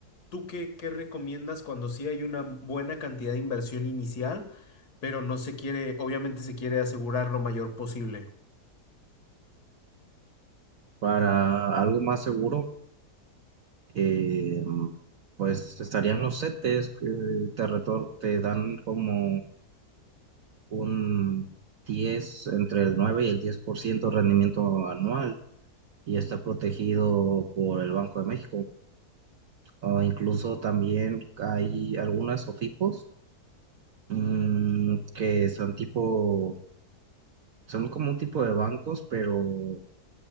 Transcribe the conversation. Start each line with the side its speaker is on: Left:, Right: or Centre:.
Left: ¿Tú qué, qué recomiendas cuando sí hay una buena cantidad de inversión inicial, pero no se quiere, obviamente se quiere asegurar lo mayor posible?
Right: para algo más seguro eh, pues estarían los CETES que te, retor- te dan como un diez entre el 9 y el 10% de rendimiento anual y está protegido por el Banco de México. O incluso también hay algunas OFIPOS mm, que son tipo, son como un tipo de bancos, pero